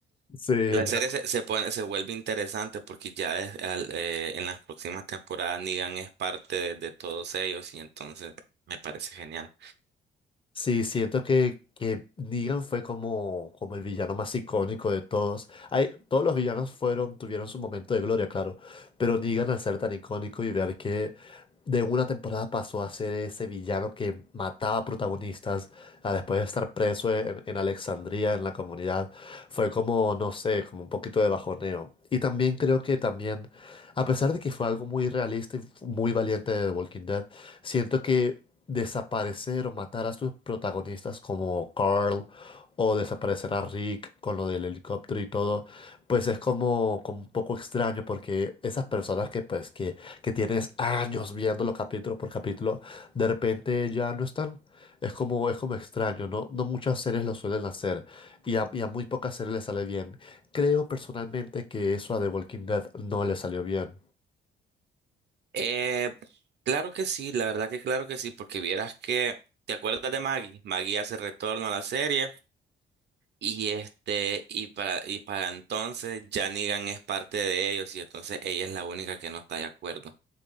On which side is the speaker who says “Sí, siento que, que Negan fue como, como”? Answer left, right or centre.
Left